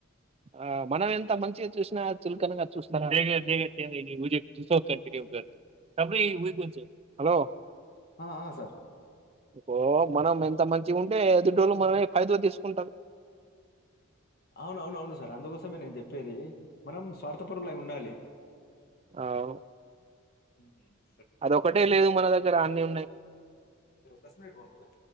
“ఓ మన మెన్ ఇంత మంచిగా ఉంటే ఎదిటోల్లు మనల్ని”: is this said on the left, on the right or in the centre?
Right